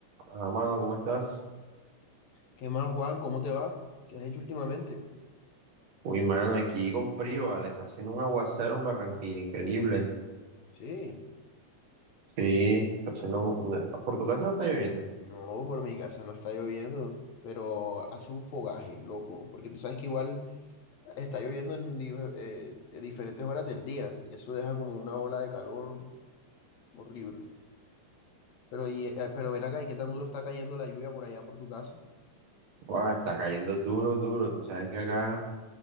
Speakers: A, on the right (about 60°); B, on the left (about 70°).
A: Ah, mano, ¿cómo estás?
B: ¿Qué más, Juan? ¿Cómo te va? ¿Qué has hecho últimamente?
A: Uy, mano, aquí con frío, vale. Está haciendo un aguacero en Barranquilla, increíble.
B: Sí.
A: Sí, está haciendo
B: ah,
A: un- Por tu casa no está lloviendo.
B: No, por mi casa no está lloviendo, pero hace un fogaje, loco, porque tú sabes que igual está lloviendo en, di- eh, en diferentes horas del día y eso deja como una ola de calor horrible. Pero, y, eh, pero ven acá, ¿y qué tan duro está cayendo la lluvia por allá por tu casa?
A: Guau, está cayendo duro, duro. Tú sabes que acá